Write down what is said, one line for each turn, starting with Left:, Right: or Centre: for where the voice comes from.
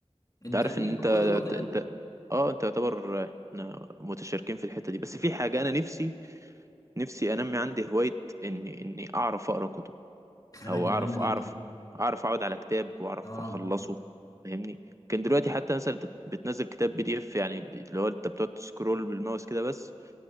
Left: انت
Right: تعرف
Left: ليك
Right: ان انت
Left: في الكتب وكده
Right: انت اه انت يعتبر آه، احنا متشاركين في الحتة دي بس في حاجة انا نفسي نفسي انمي عندي هواية اني اني اعرف اقرا كتب
Left: خلي بالك
Right: او
Left: دي
Right: اعرف
Left: مهمه جدا
Right: اعرف اعرف اقعد على كتاب واعرف
Left: اه
Right: اخلصه فاهمني كان دلوقتي حتى مثلا انت بتنزل كتاب بي دي اف يعني ب- اللي هو انت بتقعد تسكرول بالماوس كده بس